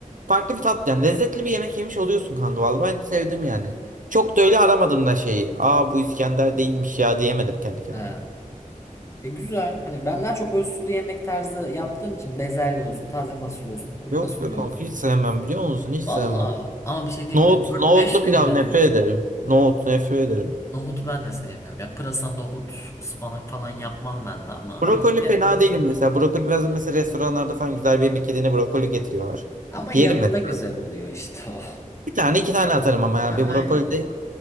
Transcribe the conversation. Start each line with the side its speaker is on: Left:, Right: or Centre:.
Right: farklı bir tat yani lezzetli bir yemek yemiş oluyorsun kanka vallahi ben sevdim yani. Çok da öyle aramadım da şeyi. Aa bu İskender değilmiş ya diyemedim kendi kendime.
Left: de. E güzel. Hani ben daha çok böyle sulu yemek tarzı yaptığım için bezelye olsun, taze fasulye olsun, kuru
Right: Yok
Left: fasulye
Right: be kanka
Left: olsun.
Right: hiç sevmem biliyor musun? Hiç sevmem.
Left: Valla. Ama bir şey diyeyim
Right: Nohut,
Left: mi? 4-5
Right: nohutlu
Left: gün
Right: pilav
Left: ilerletiyor.
Right: nefret ederim. Nohut nefret ederim.
Left: Nohutu ben de sevmiyorum. Ya pırasa, nohut, ıspanak falan yapmam ben de ama
Right: Brokoli
Left: hani diğer
Right: fena
Left: yemekler-
Right: değilim mesela. Brokoli bazen mesela restoranlarda falan güzel bir yemek yediğinde brokoli getiriyorlar.
Left: Ama yanında
Right: Yerim mesela.
Left: güzel oluyor işte o.
Right: Bir tane iki tane atarım ama ya
Left: Ha,
Right: bir
Left: aynen.
Right: brokoli de.